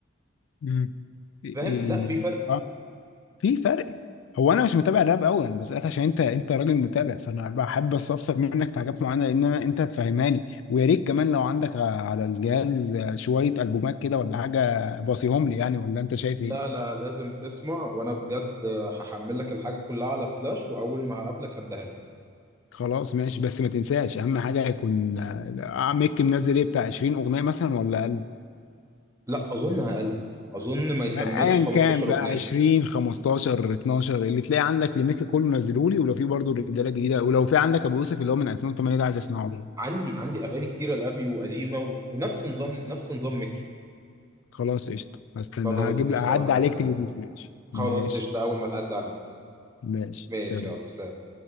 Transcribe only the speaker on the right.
فاهم
لا في
فرق
لا
لا لازم تسمع وانا بجد هحمل لك الحاجه كلها على فلاش واول ما هقابلك هديها لك
لا اظن اقل اظن ما
يكملش
15
اغنيه
عندي عندي اغاني كتيره لابي وقديمه و... ونفس نظام نفس نظام ميكي
خلاص
قشطه
وانا
هستنى
خلاص
قشطه اول ما تعدي عليا
ماشي
يلا سلام